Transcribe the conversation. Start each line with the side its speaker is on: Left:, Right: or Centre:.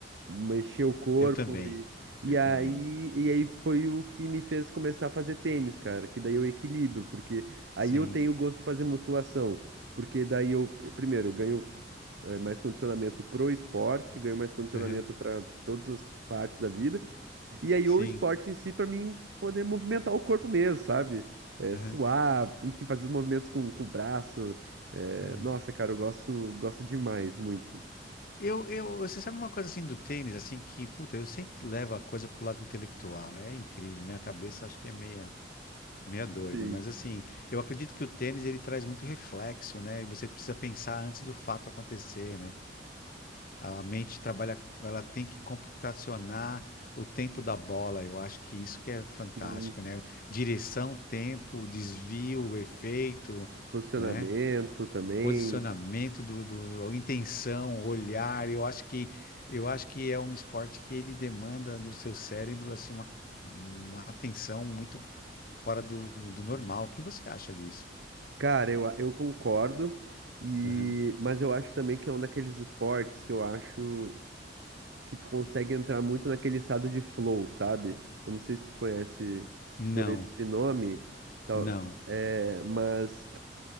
Right: mexer o corpo
Left: Eu também.
Right: e, e
Left: Eu
Right: aí
Left: também.
Right: e aí foi o que me fez começar a fazer tênis, cara, que daí eu equilibro, porque aí
Left: Sim.
Right: eu tenho o gosto de fazer musculação, porque daí eu primeiro eu ganho eh, mais condicionamento pro esporte, ganho mais condicionamento
Left: Aham.
Right: para todas as partes da vida, e aí
Left: Sim.
Right: o esporte em si para mim poder movimentar o corpo mesmo, sabe? Eh,
Left: Aham.
Right: suar, enfim, fazer os movimentos com, com o braço. eh,
Left: Olha.
Right: nossa, cara, eu gosto, gosto demais, muito.
Left: Eu, eu, você sabe uma coisa assim do tênis, assim, que, puta, eu sempre levo a coisa pro lado intelectual. É incrível. Minha cabeça acho que é meia, meia doida.
Right: Sim.
Left: Mas assim, eu acredito que o tênis ele traz muito reflexo, né? E você precisa pensar antes do fato acontecer, né? A mente trabalha, ela tem que computacionar o tempo da bola. Eu acho que isso que é fantástico,
Right: Sim.
Left: né? Direção, tempo, desvio, efeito,
Right: Posicionamento
Left: né?
Right: também.
Left: Posicionamento do, do, intenção, olhar. Eu acho que eu acho que é um esporte que ele demanda do seu cérebro assim uma, uma atenção muito f- fora do, do normal. O que você acha disso?
Right: Cara, eu, eu concordo, e
Left: Aham.
Right: mas eu acho também que é um daqueles esportes que eu acho que tu consegue entrar muito naquele estado de flow, sabe? Eu não sei se tu conhece
Left: Não,
Right: por esse nome, tal,
Left: não,
Right: é, mas